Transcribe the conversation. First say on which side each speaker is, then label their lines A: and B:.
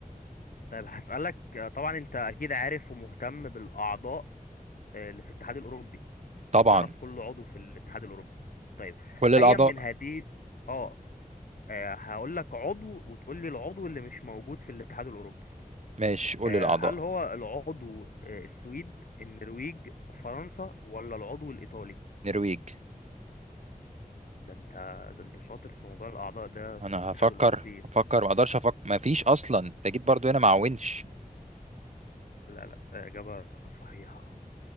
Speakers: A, on the left; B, on the right.
A: طيب هسألك آه، طبعا أنت أكيد عارف ومهتم بالأعضاء آه، اللي في الاتحاد الأوروبي
B: طبعا
A: تعرف كل عضو في الاتحاد الأوروبي طيب
B: كل الاعضاء
A: أيا من هذه اه آه، هقول لك عضو وتقول لي العضو اللي مش موجود في الاتحاد الأوروبي
B: ماشي قول
A: آه،
B: الاعضاء
A: هل هو العضو آه، السويد النرويج فرنسا ولا العضو الإيطالي
B: نرويج
A: ده انت ده انت شاطر في موضوع الأعضاء ده في
B: انا
A: الاتحاد
B: هفكر
A: الأوروبي
B: هفكر ما اقدرش افكر ما فيش اصلا انت جيت برضو هنا مع ونش
A: لا لا آه، إجابة صحيحة